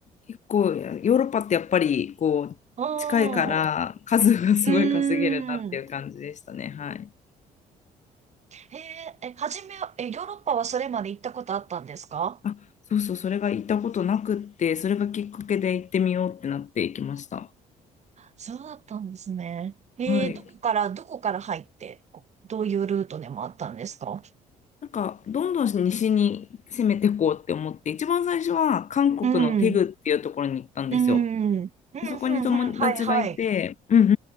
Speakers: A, on the left; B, on the right.
A: 結構いやヨーロッパってやっぱりこう近いから数がすごい稼げるなっていう感じでしたね。
B: うん。うーん。うーん。
A: はい。
B: えーえ、はじめ、え、ヨーロッパはそれまで行ったことあったんですか
A: あ、そうそう、それが行ったことなくって、それがきっかけで行ってみようってなって行きました。
B: そうだったんですね。えー、
A: はい。
B: どこから、どこから入って、こうどういうルートでもあったんですか
A: なんかどんどん西に攻めていこうって思って、一番最初は韓国のテグっていうところに行ったんですよ。
B: うん、うん、うん、うん、うん、
A: でそこに友達がいて、
B: はいはい。
A: うんうん